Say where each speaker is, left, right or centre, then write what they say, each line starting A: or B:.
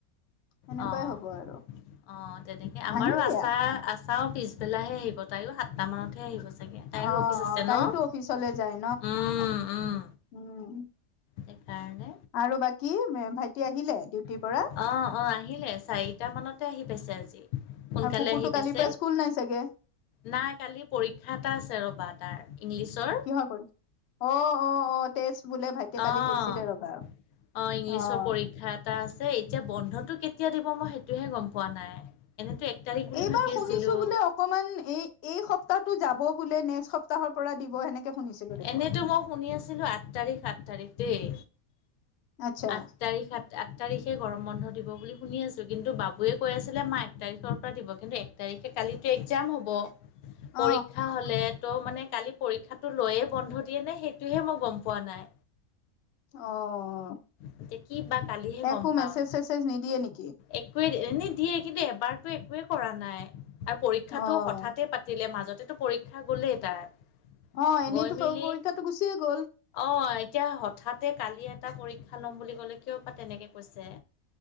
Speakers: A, on the left (about 65°); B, on the left (about 80°).
A: সেনেকুৱাই
B: অ-অ',
A: হ'ব আৰু
B: তেনেকে আমাৰো
A: আহিম
B: আচা
A: দিয়া
B: আ চাওঁ পিছবেলাহে আহিব তাইয়ো সাতটা মানতহে আহিব।
A: অ',
B: তাইৰো অফিচ
A: অ',
B: আছে
A: তাইয়োতো
B: ন,
A: অফিচলে যায়
B: উম-উম।
A: উম,
B: সেইকাৰণে
A: আৰু বাকী ভাইটি আহিলে। পৰা
B: অ অ', আহিলে চাৰিটা মানতে আহি পাইছে আজি। সোনকালে
A: আৰু পুপুতটো
B: আহি পাইছে
A: কালিৰ পৰা স্কুল নাই চাগে।
B: নাই কালি পৰীক্ষা এটা আছে ৰ'বা তাৰ ইংলিছৰ।
A: কিহৰ পৰি অ', অ', অ', টেষ্ট বোলে ভাইটিয়ে
B: অ'-অ',
A: কালি কৈছিলে ৰ'বা
B: ইংলিছৰ
A: অ',
B: পৰীক্ষা এটা আছে। এতিয়া বন্ধটো কেতিয়া দিব মই সেইটোহে গম পোৱা নাই। এনেতো এক তাৰিখ বুলি
A: এইবাৰ
B: ভাবি
A: শুনিছো
B: আছিলো
A: বোলে অকমান এই-এই সপ্তাহটো যাব বোলে নেক্সট সপ সপ্তাহৰ পৰা দিব সেনেকে। শুনিছিলো দেখোন
B: এনেইতো মই শুনি আছিলো আঠ তাৰিখ, আঠ তাৰিখ দেই।
A: আচ্ছা
B: আঠ তাৰিখ আঠ তাৰিখে গৰম বন্ধ দিব বুলি শুনি আছো কিন্তু বাবুৱে কৈ আছিলে মা এক তাৰিখৰ পৰা দিব কিন্তু এক তাৰিখ খে কালিতো এক্জাম হ'ব
A: অ',
B: পৰীক্ষা হলে ত' মানে কালি পৰীক্ষাটো লৈয়ে বন্ধ দিয়ে নে খেইটোহে মই পম পোৱা নাই।
A: অ',
B: এতিয়া কি বা কলিহে গম
A: একো
B: পাম।
A: মেছেজ চেছেজ নিদিয়ে নেকি
B: একোৱেই এনে দিয়ে কিন্তু এবাৰতো একোৱে কৰা নাই আৰু পৰীক্ষাটো
A: অ',
B: হঠাতে পাতিলে মাজত, পৰীক্ষা গ'লেই তাৰ।
A: অ', এনেইতো
B: গৈ মেলি
A: পৰীক্ষাটো গুচিয়ে গ'ল
B: অ', এতিয়া হঠাতে কালি এ এটা পৰীক্ষা ল'ম বুলি ক'লে কিয় বা তেনেকে কৈছে।